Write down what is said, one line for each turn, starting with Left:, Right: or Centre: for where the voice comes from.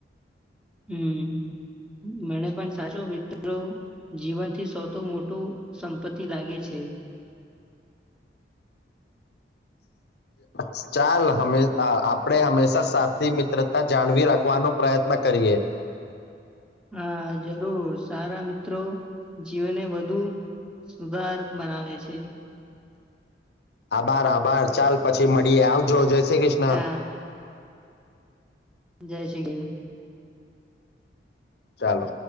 Centre: હમ મને પણ સાચો મિત્રો જીવનથી સૌથી મોટું સંપત્તિ લાગે છે.
Left: ચ ચાલ હંમે આ આપડે હંમેશા સાથી મિત્રતા જાળવી રાખવાનો પ્રયત્ન કરીએ.
Centre: હા જરૂર સારા મિત્રો જીવનને વધુ સુધાર બનાવે છે.
Left: આભાર આભાર ચાલ પછી મળીએ આવજો જેય શ્રી ક્રિષ્ન.
Centre: હા જય શ્રી કી
Left: ચાલો.